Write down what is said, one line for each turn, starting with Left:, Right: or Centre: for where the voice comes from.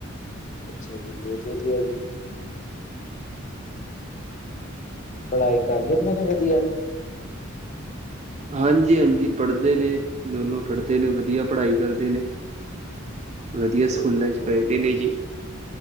Left: ਅੱਛਾ ਜੀ, ਬਹੁਤ ਵਧੀਆ ਜੀ। ਪੜ੍ਹਾਈ ਕਰ ਲੈਂਦੇ ਨੇ ਵਧੀਆ?
Right: ਹਾਂਜੀ-ਹਾਂਜੀ, ਪੜ੍ਹਦੇ ਨੇ ਦੋਨੋ ਪੜ੍ਹਦੇ ਨੇ ਵਧੀਆ ਪੜ੍ਹਾਈ ਕਰਦੇ ਨੇ। ਵਧੀਆ
Left: ਬਹੁਤ
Right: ਸਕੂਲਾਂ
Left: ਵਧੀਆ
Right: 'ਚ' ਪਏ ਤੇ ਨੇ ਜੀ।